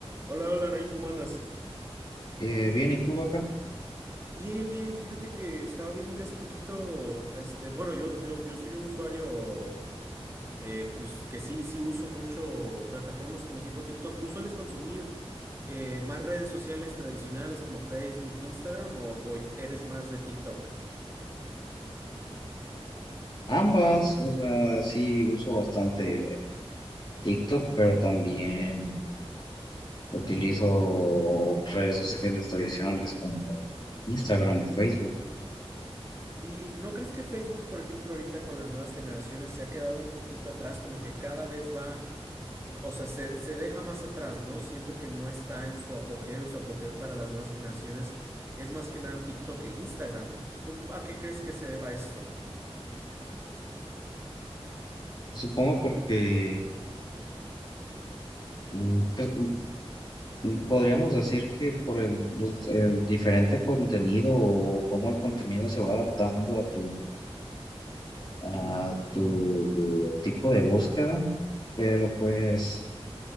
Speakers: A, on the right (about 25°); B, on the left (about 40°).
A: Hola, hola, Nain, ¿cómo andas?
B: Eh, bien, ¿y tú acá?
A: Bien, bien, fíjate que estaba viendo que hace poquito, este, bueno, yo, yo, yo soy un usuario, eh, pues que sí, sí uso mucho plataformas como tipo TikTok. ¿Tú sueles consumir eh, más redes sociales tradicionales como Facebook, Instagram o, o eres más de TikTok?
B: ambas, o sea, sí uso bastante TikTok, pero también utilizo redes sociales tradicionales como Instagram o Facebook.
A: ¿Y no crees que Facebook, por ejemplo, ahorita con las nuevas generaciones se ha quedado un poquito atrás, como que cada vez va O sea, se, se deja más atrás, ¿no? Siento que no está en su apogeo y su apogeo para las nuevas generaciones es más que nada TikTok e Instagram. ¿Tú a qué crees que se deba esto?
B: Supongo porque mm, pues, mm, podríamos decir que por el, los- el diferente contenido o cómo el contenido se va adaptando a tu, a tu tipo de búsqueda, pero pues...